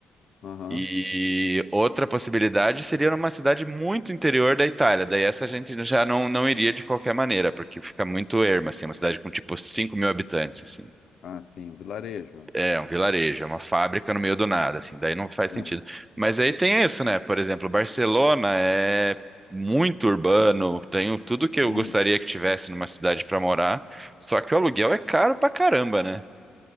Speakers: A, on the left (about 65°); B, on the right (about 20°).
A: Aham.
B: E outra possibilidade seria numa cidade muito interior da Itália. Daí essa a gente já não, não iria de qualquer maneira, porque fica muito erma, assim, uma cidade com tipo 5 mil habitantes, assim.
A: Ah, sim, o vilarejo.
B: É, um vilarejo, é uma fábrica no meio do nada, assim, daí não faz
A: Ah,
B: sentido. Mas aí tem isso, né? Por exemplo, Barcelona é muito urbano, tenho tudo que
A: sim.
B: eu gostaria que tivesse numa cidade pra morar, só que o aluguel é caro pra caramba, né?